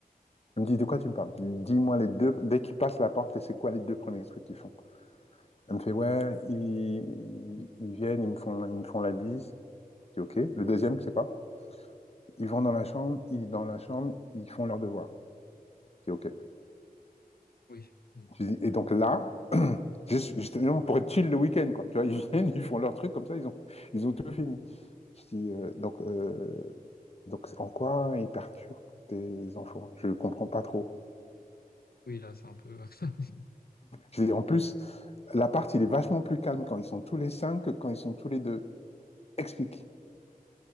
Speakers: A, on the left (about 40°); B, on the left (about 80°).
A: Elle me dit, de quoi tu me parles? Je lui dis, dis-moi les deux, dès qu'ils passent la porte, c'est quoi les deux premiers trucs qu'ils font? Elle me fait, ouais, ils, ils viennent, ils me font, ils me font la bise. Je dis OK. Le deuxième, c'est quoi? Ils vont dans la chambre, ils, dans la chambre, ils font leurs devoirs. Je dis OK.
B: oui, bon,
A: Je dis, et donc là, juste, justement, pour être chill le week-end, quoi. Tu vois, <laughs> ils viennent, ils font leur truc, comme ça, ils ont, ils ont tout fini. Je dis, euh, donc, euh, donc, en quoi ils perturbent tes enfants? Je ne comprends pas trop.
B: oui, là, c'est un peu. <laughs>
A: Je dis, en plus, l'appart, il est vachement plus calme quand ils sont tous les cinq que quand ils sont tous les deux. Explique.